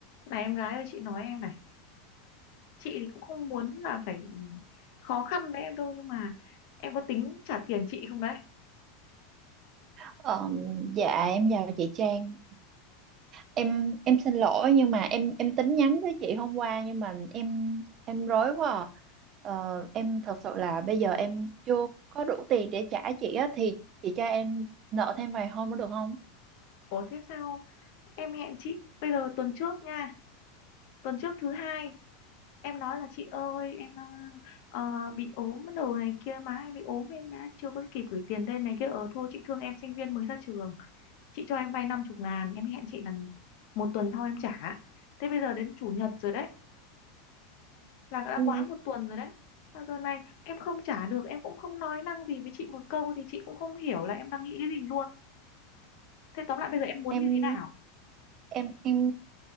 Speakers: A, on the left; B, on the right.
A: này em gái ơi chị nói em này chị thì cũng không muốn là phải khó khăn với em đâu nhưng mà em có tính trả tiền chị không đấy
B: Ờ, dạ em chào chị Trang em em xin lỗi nhưng mà em em tính nhắn với chị hôm qua nhưng mà em em rối quá à. Ờ, em thật sự là bây giờ em chưa có đủ tiền để trả chị á thì chị cho em nợ thêm vài hôm nữa được không?
A: ủa thế sao em hẹn chị bây giờ tuần trước nha tuần trước thứ hai em nói là chị ơi em ờ, bị ốm đồ này kia má em bị ốm em má chưa có kịp gửi tiền lên này kia ờ thôi chị thương em sinh viên mới ra trường chị cho em vay năm chục ngàn em hẹn chị là một tuần sau em trả thế bây giờ đến chủ nhật rồi đấy là đã
B: Ừ.
A: quá một tuần rồi đấy mà giờ này em không trả được em cũng không nói năng gì với chị một câu thì chị cũng không hiểu là em đang nghĩ cái gì luôn thế tóm lại bây giờ em muốn
B: em
A: như thế nào
B: em em